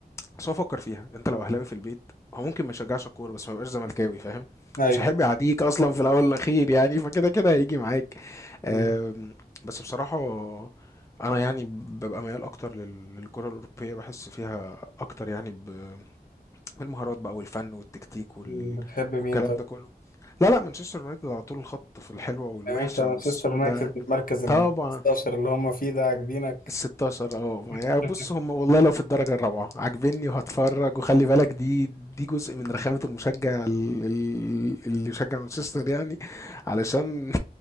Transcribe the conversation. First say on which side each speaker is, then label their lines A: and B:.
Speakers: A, on the left; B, on the left.
A: بس هو فكر فيها انت لو اهلاوي في البيت هو ممكن ما يشجعش الكوره بس ما يبقاش زملكاوي فاهم
B: أيوة
A: مش هيحب يعاديك اصلا في الاول والاخير يعني فكده كده هيجي معاك آم،
B: م-
A: بس بصراحه انا يعني ببقى ميال اكتر لل- للكره الاوروبيه بحس فيها اكتر يعني ب- بالمهارات بقى والفن والتكتيك وال...
B: م- بتحب مين
A: والكلام
B: طب؟
A: ده كله لا لا مانشستر يونايتد على طول الخط في الحلوه والوحشه
B: يعني أنت مانشستر
A: والسوداء
B: يونايتد المركز ال
A: طبعا
B: 15 اللي هم فيه ده عاجبينك
A: الستاشر اه
B: <laughs>
A: يعني بص هم والله لو في الدرجة الرابعة عاجبني وهتفرج وخلي بالك دي دي جزء من رخامة المشجع ال- ال- اللي يشجع مانشستر يعني علشان